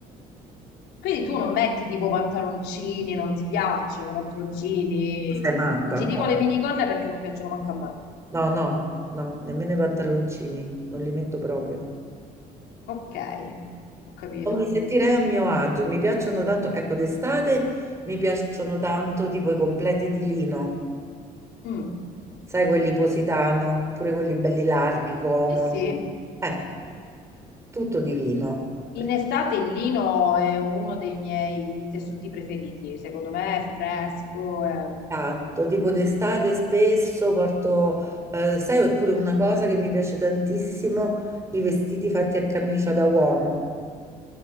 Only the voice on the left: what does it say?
Quindi tu non metti tipo pantaloncini, non ti piacciono pantaloncini,
non ti
dico le minigonne perché non piacciono manco a me.
Ok, ho capito.
Mm.
Sì, sì.
In estate il lino è uno dei miei tessuti preferiti, secondo me è fresco. è-